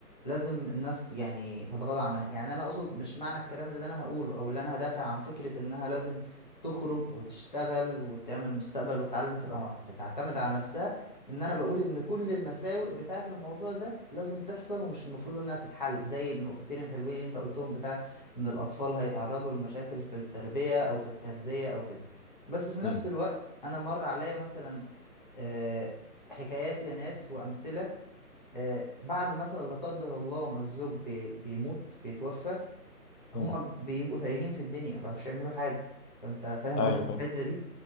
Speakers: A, on the left; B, on the left.
A: لازم الناس يعني تتغاضى عنها يعني انا اقصد مش معنى الكلام اللي انا هقوله او اللي انا هدافع عن فكره انها لازم تخرج وتشتغل وتعمل مستقبل وتتعلم تبقى مت- تعتمد على نفسها ان انا بقول ان كل المساوئ بتاعه الموضوع ده لازم تحصل ومش المفروض انها تتحل زي النقطتين الحلوين اللي انت قلتهم بتاع ان الاطفال هيتعرضوا لمشاكل في التربية او في التغذية او كده بس في نفس
B: امم
A: الوقت انا مر عليا مثلا آه، حكايات لناس وامثلة آه، بعد مثلا لا قدر الله ما الزوج بي- بيموت بيتوفى هما
B: امم
A: بيبقوا تايهين في الدنيا ما بيعرفوش يعملوا حاجة فانت فاهم
B: ايوه
A: قصدي في
B: فاهم
A: الحتة دي